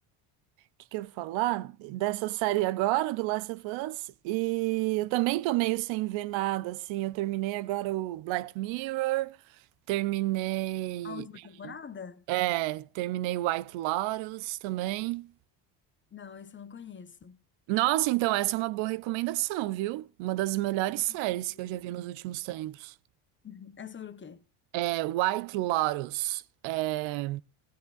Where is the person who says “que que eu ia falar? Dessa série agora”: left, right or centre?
Right